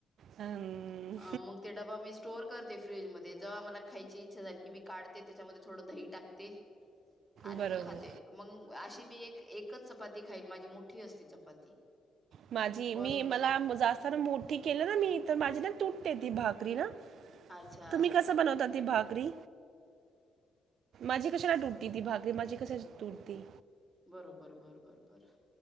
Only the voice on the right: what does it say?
हम्म.
बरोबर
माझी
मी मला जास्ताना मोठी केली ना मी तर माझी ना तूट ते ती भाक री ना.
तुम्ही कसं बनवता ती भाकरी? माझी कशान तुटती ती भाकरी? माझी कशास तुटती?